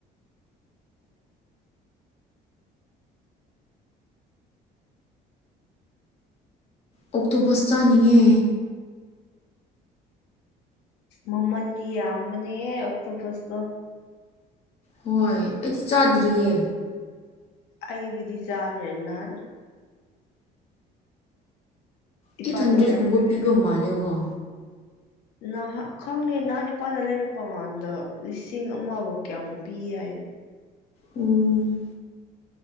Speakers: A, on the left; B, on the left.
A: ꯑꯣꯛꯇꯣ ꯕꯁ ꯆꯥꯅꯤꯡꯉꯦ
B: ꯃꯃꯟꯗꯤꯌꯥ ꯃꯅꯦ ꯑꯣꯛꯇꯣ ꯕꯁꯇꯣ
A: ꯍꯣꯏ ꯑꯩꯗꯤ ꯆꯥꯗ꯭ꯔꯤꯌꯦ
B: ꯑꯩꯕꯨꯗꯤ ꯆꯥꯈ꯭ꯔꯦ ꯅꯍꯥꯟ ꯏꯄꯥꯅ
A: ꯑꯩꯠ ꯍꯟꯗ꯭ꯔꯦꯠꯀꯨꯝꯕ ꯄꯤꯕ ꯃꯥꯜꯂꯦꯀꯣ
B: ꯅꯍꯥꯛ ꯈꯪꯗꯦ ꯅꯍꯥꯥꯟ ꯅꯤꯄꯥꯥꯟꯗ ꯂꯩꯔꯛꯄ ꯀꯥꯟꯗ ꯂꯤꯁꯤꯡ ꯑꯃꯐꯧ ꯀꯌꯥꯃꯨꯛ ꯄꯤꯌꯦ ꯇꯌꯦ
A: ꯎꯝ